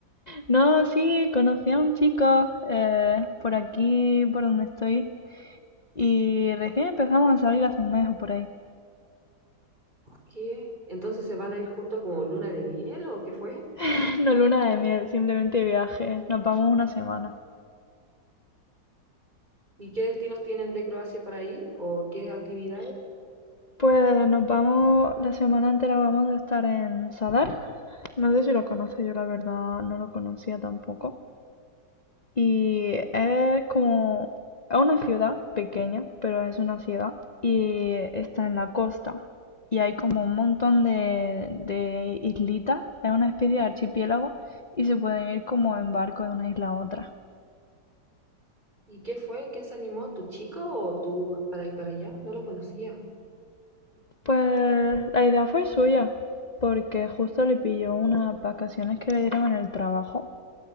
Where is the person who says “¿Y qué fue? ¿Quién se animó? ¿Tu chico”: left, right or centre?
Right